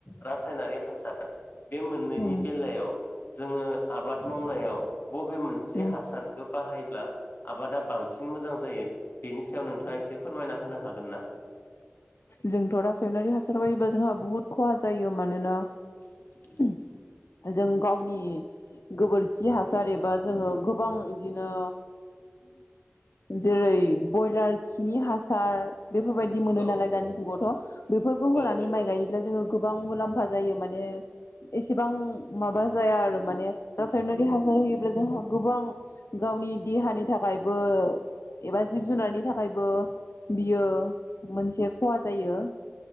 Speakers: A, on the left; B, on the left.
A: रासायनारि हासार बे मोननैनि
B: उम
A: बेलायाव जोङो आबाद मावनायाव बबे मोनसे
B: उम
A: हासारखौ बाहायोब्ला आबादा बांसिन मोजां जायो? बेनि सायाव नोंथाङा एसे फोरमायना होनो हागोन ना?
B: जोंथ' रासायनारि हासार बायोबा जोंहा बुहुत खहा जायो मानोना
A: <inaudible>
B: जों गावनि गोबोरखि हासार एबा जोङो गोबां इदिनो जेरै बयलार खिनि हासार बेफोरबाय बिदि मोनो
A: औ
B: नालाय दानि जुगावथ'।बेफोरखौ
A: औ
B: होनानै
A: औ
B: माइ गायोब्ला जोङो गोबां मुलाम्फा जायो मा ने एसेबां माबा जाया आरो माने रासायनारि हासार होयोब्ला जोंहा गोबां गावनि देहानि थाखायबो एबा जिब जुनारनि थाखायबो बियो मोनसे खहा जायो।